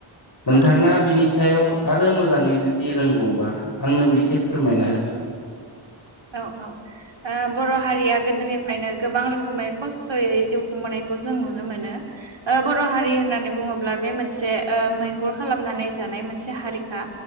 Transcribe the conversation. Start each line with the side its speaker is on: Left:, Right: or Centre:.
Left: नोंथाङा
Right: औ
Left: बिनि सायाव आरो मोजाङै जुदि रोंगौबा आंनोबो एसे फोरमायना होसन ‌।
Right: औ औ ओ बर' हारिया गोदोनिफ्रायनो गोबां रोखोमै खस्थ'यै जिउ खुंबोनायखस जों नुनो मोनो ओ बर' हारि होननानै बुङोब्ला बे मोनसे ओ मैहुर खालामनानै जानाय मोनसे हारिखा